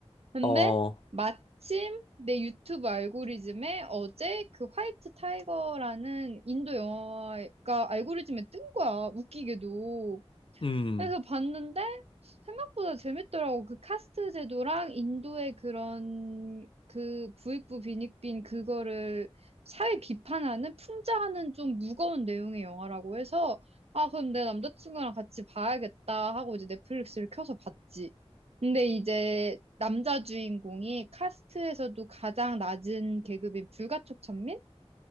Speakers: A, on the right (about 70°); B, on the left (about 55°).
A: 근데
B: 어, 어,
A: 마침 내 유튜브 알고리즘에 어제 그 화이트 타이거라는 인도 영화가 알고리즘에 뜬 거야. 웃기게도.
B: 음,
A: 그래서 봤는데 생각보다 재밌더라고. 그 카스트 제도랑 인도의 그런 그 부익부 빈익빈 그거를 사회 비판하는 풍자하는 좀 무거운 내용의 영화라고 해서 아 그럼 내 남자친구랑 같이 봐야겠다 하고 이제 넷플릭스를 켜서 봤지. 근데 이제 남자 주인공이 카스트에서도 가장 낮은 계급인 불가촉천민?